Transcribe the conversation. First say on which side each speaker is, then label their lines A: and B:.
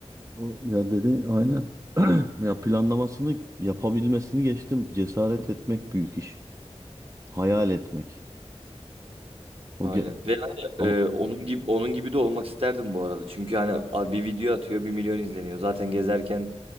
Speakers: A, on the right; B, on the right.
A: O ya dedi aynen. <clears throat> Ya planlamasını yapabilmesini geçtim. Cesaret etmek büyük iş. Hayal etmek. O
B: Aynen.
A: ge-
B: Ve hani,
A: ama
B: e, onun gibi onun gibi de olmak isterdim bu arada. Çünkü hani a- bir video atıyor, bir milyon izleniyor. Zaten gezerken